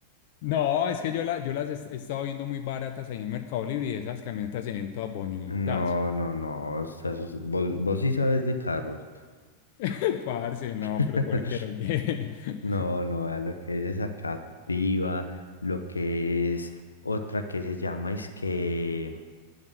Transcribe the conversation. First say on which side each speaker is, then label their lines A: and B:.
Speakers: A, on the left; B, on the left.
A: No, es que yo, la, yo las he he estado viendo muy baratas ahí en Mercado Libre y esas camionetas se ven todas bonitas.
B: No, no, no, estás- vos, vos sí sabes de carros.
A: <laughs> Parce, no,
B: <laughs>
A: pero ¿por qué? ¿O qué? <laughs>
B: No, no, a lo que es esa Captiva, lo que es otra que se llama, es que...